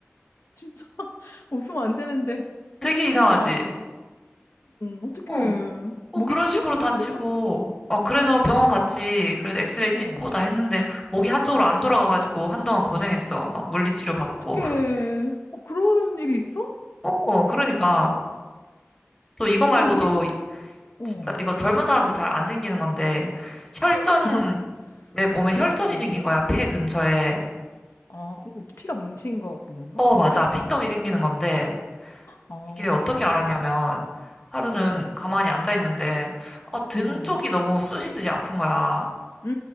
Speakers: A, on the left (about 65°); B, on the left (about 15°).
A: 진짜 <laughs> 웃으면 안 되는데 어
B: 되게
A: 그렇구나
B: 이상하지?
A: 어 어떡해
B: 어, 어,
A: 목이
B: 그런 식으로
A: 삐었어
B: 다치고.
A: 그래서
B: 어, 그래서 병원
A: 어,
B: 갔지. 그래서 엑스레이 찍고
A: 어,
B: 다 했는데 목이 한쪽으로 안 돌아가가지고 한동안 고생했어. 막 물리치료 받고.
A: 어떡해 어 그런 일이 있어
B: <laughs> 어, 그러니까. 또 이거 말고도
A: 어떻게 목이 어.
B: 진짜 이거 젊은 사람들 잘 안 생기는 건데 혈전,
A: <laughs>
B: 내 몸에
A: 아 웃으면
B: 혈전이
A: 안 되는데
B: 생긴 거야. 폐 근처에.
A: 아 그럼 어떻게 피가 뭉친 거 그런 건가
B: 어,
A: 아닌가
B: 맞아. 피떡이 생기는 건데,
A: 아어
B: 이게 어떻게 알았냐면, 하루는
A: 음,
B: 가만히 앉아 있는데, 아, 등
A: 음,
B: 쪽이 너무 쑤시듯이 아픈 거야.
A: 음,